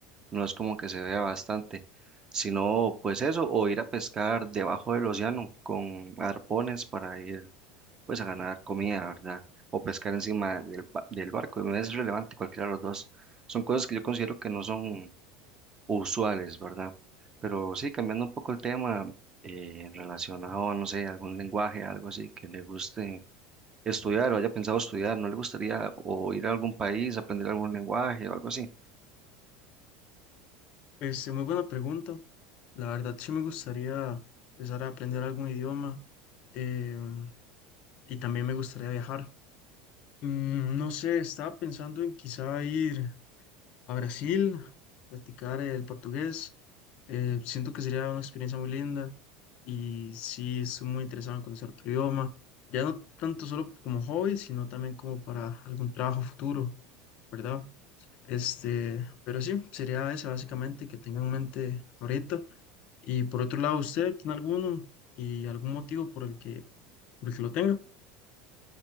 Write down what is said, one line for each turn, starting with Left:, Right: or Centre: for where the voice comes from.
Right: no es como que se vea bastante, sino pues eso, o ir a pescar debajo del océano con arpones para ir pues a ganar comida, ¿verdad? O pescar encima del, ba- del barco, no es relevante cualquiera de los dos. Son cosas que yo considero que no son usuales, ¿verdad? Pero sí, cambiando un poco el tema eh, relacionado a, no sé, algún lenguaje, algo así que le guste estudiar o haya pensado estudiar, ¿no le gustaría o ir a algún país, aprender algún lenguaje o algo así?
Left: Este, muy buena pregunta. La verdad, sí me gustaría empezar a aprender algún idioma eh, y también me gustaría viajar. Mm, no sé, estaba pensando en quizá ir a Brasil, practicar el portugués. eh, siento que sería una experiencia muy linda y sí, estoy muy interesado en conocer otro idioma. Ya no tanto solo como hobby, sino también como para algún trabajo futuro, ¿verdad? Este, pero sí, sería eso básicamente que tengan en mente ahorita. Y por otro lado, ¿usted tiene alguno y algún motivo por el que, por el que lo tenga?